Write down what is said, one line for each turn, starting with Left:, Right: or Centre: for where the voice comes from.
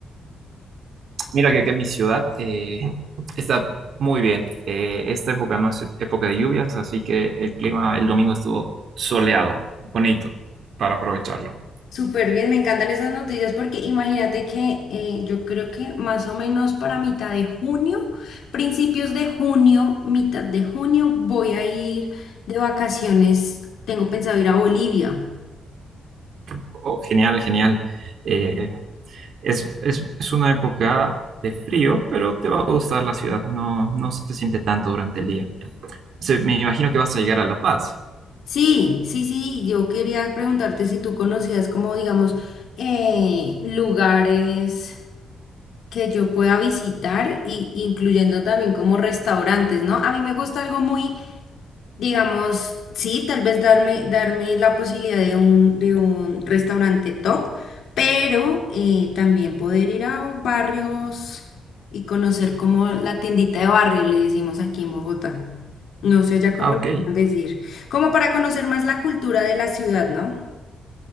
Right: Mira que acá en mi ciudad eh, está muy bien. Eh, esta época no es época de lluvias, así que el clima el domingo estuvo soleado, bonito, para aprovecharlo.
Left: Súper bien, me encantan esas noticias porque imagínate que eh, yo creo que más o menos para mitad de junio, principios de junio, mitad de junio, voy a ir de vacaciones. Tengo pensado ir a Bolivia.
Right: Oh, genial, genial. Eh, es, es, es una época de frío, pero te va a gustar la ciudad. No, no se siente tanto durante el día. Se- me imagino que vas a llegar a La Paz.
Left: Sí, sí, sí, yo quería preguntarte si tú conocías como, digamos, eh, lugares que yo pueda visitar y incluyendo también como restaurantes, ¿no? A mí me gusta algo muy digamos, sí, tal vez darme, darme la posibilidad de un, de un restaurante top, pero eh, también poder ir a barrios y conocer como la tiendita de barrio, le decimos aquí en Bogotá. No sé ya cómo
Right: Ah, ok.
Left: le pueden decir. Como para conocer más la cultura de la ciudad, ¿no?